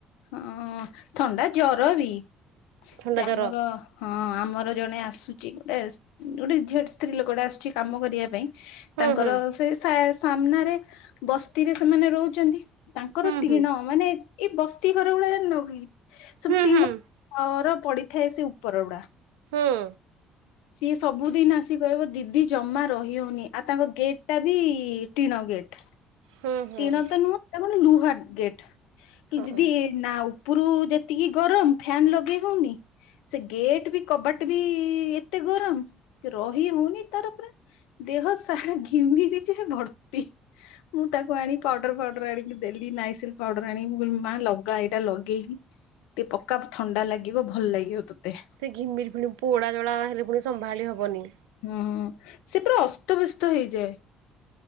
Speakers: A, on the left (about 75°); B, on the right (about 75°).
A: ହଁ ଥଣ୍ଡା ଜର ବି
B: ଥଣ୍ଡା
A: ସେ ଆମର
B: ଜର
A: ହଁ ଆମର ଜଣେ ଆସୁଛି ଗୋଟେ ଗୋଟେ ଝିଅ ସ୍ତ୍ରୀ ଲୋକଟେ ଆସୁଛି କାମ କରିଆ ପାଇଁ।
B: ହୁଁ
A: ତାଙ୍କର
B: ହୁଁ
A: ସେ ସା ସାମ୍ନାରେ ବସ୍ତିରେ ସେମାନେ ରହୁଛନ୍ତି। ତାଙ୍କର
B: ହୁଁ
A: ଟିଣ
B: ହୁଁ
A: ମାନେ ଏଇ ବସ୍ତି ଘର ଗୁଡା ଜାଣିନ କି। ସବୁ
B: ହୁଁ
A: ଟିଣ
B: ହୁଁ
A: ର ପଡିଥାଏ ସେ ଉପର ଗୁଡା।
B: ହଁ।
A: ସିଏ ସବୁଦିନ ଆସି କହିବ ଦିଦି ଜମା ରହିହଉନି ଆଉ ତାଙ୍କ ଗେଟ୍ ଟା ବି ଟିଣ ଗେଟ୍।
B: ହୁଁ ହୁଁ
A: ଟିଣ ତ ନୁହଁ ଏଟା କଣ ଲୁହା ଗେଟ୍ ଦିଦି
B: ହଁ।
A: ନା ଉପରୁ ଯେତିକି ଗରମ ଫ୍ୟାନ ଲଗେଇ ହଉନି। ସେ ଗେଟ ବି କବାଟ ବି ଏତେ ଗରମ କି ରହି ହଉନି ତାର ପୁରା ଦେହ ସାରା ଘିମିରି ଯେ ଭର୍ତ୍ତି। ମୁଁ ତାକୁ ଆଣି ପାଉଡର ଫାଉଡର ଆଣିକି ଦେଲି ନାଇସିଲ ପାଉଡର ଆଣିକି କିହିଲୀ ମୋ ମା ଲଗା ଏଇଟା ଲଗେଇକି ଟିକେ ପକ୍କା ଥଣ୍ଡା ଲାଗିବ ଭଲ ଲାଗିବ ତତେ।
B: ସେ ଘିମିରି ଫୁଣି ପୋଡା ଜଳା ହେଲେ ପୁଣି ସମ୍ଭାଳି ହବନି।
A: ହୁଁ ସେ ପୁରା ଅସ୍ତବ୍ୟସ୍ତ ହେଇଯାଏ।